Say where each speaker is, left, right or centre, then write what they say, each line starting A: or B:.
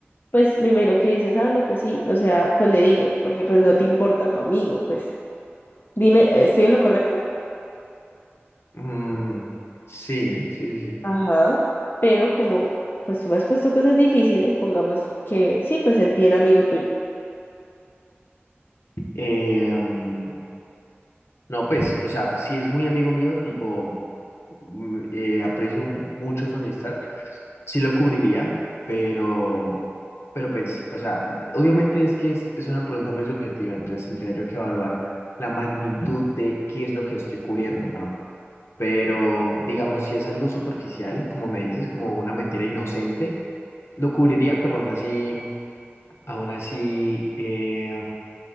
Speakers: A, on the left (about 50°); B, on the left (about 70°).
A: pues me imagino que dices, ah, no, pues sí, o sea, pues le digo, porque pues no te importa tu amigo, pues dime, ¿estoy en lo correcto?
B: Mm, sí, sí, sí, sí.
A: Ajá, pero como pues tú me has puesto cosas difíciles, pongamos que sí, pues es bien amigo tuyo.
B: Eh, um, No, pues, o sea, si es muy amigo mío, tipo, mm, eh, aprecio mucho su amistad, sí lo cubriría, pero, pero pues, o sea, obviamente es que es, es una pregunta muy subjetiva, entonces tendría yo que evaluar la magnitud de qué es lo que estoy cubriendo, ¿no? Pero, digamos, si es algo superficial, como me dices, como una mentira inocente, lo cubriría, pero aún así, aún así, eh,